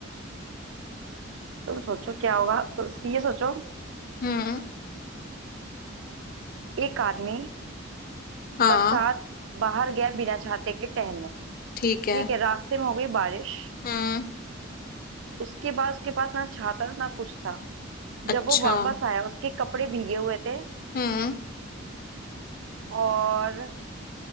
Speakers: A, on the right (about 65°); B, on the left (about 45°).
A: तुम सोचो क्या होगा उस- ये सोचो
B: हम्म
A: एक आदमी
B: हाँ
A: बरसात बाहर गया बिना छाते के टहलने
B: ठीक है
A: ठीक है रास्ते में हो गई बारिश
B: हम्म
A: उसके बाद उसके पास ना छाता ना कुछ था
B: अच्छा
A: जब वो वापस आया उसके कपड़े भीगे हुए थे
B: हम्म
A: और